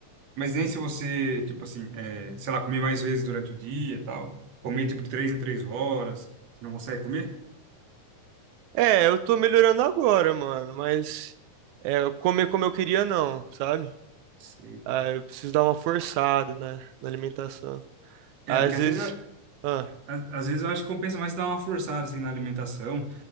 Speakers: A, on the right (about 50°); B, on the right (about 80°).
A: Mas nem se você, tipo assim, é, sei lá, comer mais vezes durante o dia e tal, comer, tipo, de três em três horas, você não consegue comer?
B: É, eu tô melhorando agora, mano, mas é, eu comer como eu queria não, sabe?
A: Sei.
B: Ah, eu preciso dar uma forçada, né, na alimentação.
A: É,
B: Às
A: porque às
B: vezes.
A: vezes
B: Ah,
A: a- Às vezes eu acho que compensa mais dar uma forçada assim na alimentação.